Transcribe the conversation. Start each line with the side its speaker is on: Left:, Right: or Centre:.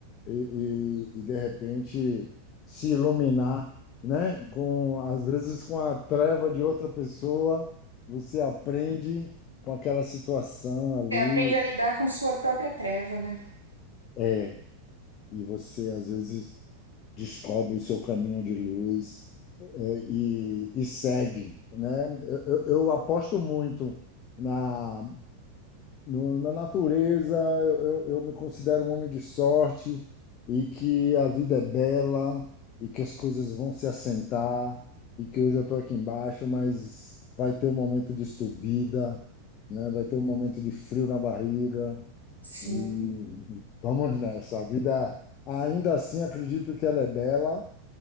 Left: e, e- e, de repente se iluminar, né? Com, às vezes com a treva de outra pessoa, você aprende com aquela situação ali
Right: Você aprende a lidar com sua própria treva, né?
Left: é, e você às vezes descobre o seu caminho de luz é, e, e segue, né? Eu, eu- eu aposto muito na, no- na natureza, eu, eu, eu me considero um homem de sorte e que a vida é bela e que as coisas vão se assentar e que hoje eu estou aqui embaixo, mas vai ter um momento de subida, né? Vai ter um momento de frio na barriga,
Right: Sim.
Left: e vamos nessa. A vida, ainda assim, acredito que ela é bela